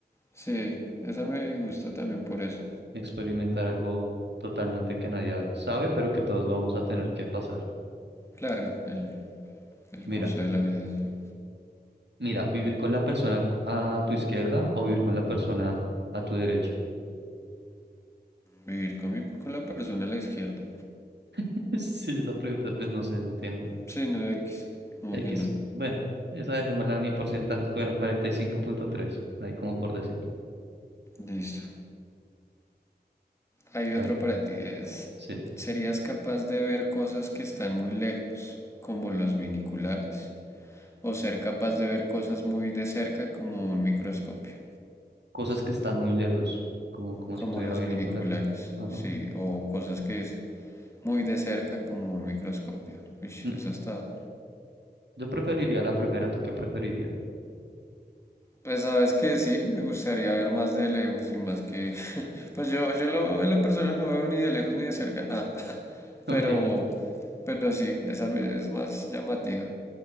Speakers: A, on the left; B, on the right.
A: sí, esa me gusta también por eso.
B: experimentar algo totalmente que nadie sabe, pero que todos vamos a tener que pasar.
A: Claro, el, el
B: Mira,
A: curso de la vida, sí.
B: mira, vivir con la persona a tu izquierda o vivir con la persona a tu derecha.
A: Vivir con, mi- con la persona a la izquierda.
B: <laughs> Sí, esa pregunta pues no sé, no tiene
A: Sí, no X. Como
B: X.
A: que no.
B: Bueno, esa dejémosla ni porcentajes. Bueno, cuarenta y cinco punto tres ahí como por decir.
A: Listo. Hay
B: Dale,
A: otra para ti. Es,
B: sí.
A: ¿serías capaz de ver cosas que están muy lejos, como los viniculares? ¿O ser capaz de ver cosas muy de cerca, como un microscopio?
B: Cosas que están muy lejos, como, como
A: Como
B: si tuviera
A: los
B: binocular.
A: viniculares,
B: Ajá.
A: sí. O cosas que es muy de cerca, como un microscopio. Uy,
B: No,
A: eso está
B: Yo preferiría la primera, ¿tú qué preferirías?
A: Pues sabes que sí, me gustaría ver más de lejos y más que... <laughs> Pues yo, yo lo, en lo personal no veo ni de lejos ni de cerca. Ah, <laughs>
B: <laughs> Ok,
A: pero, pero sí, esa me- es más llamativa.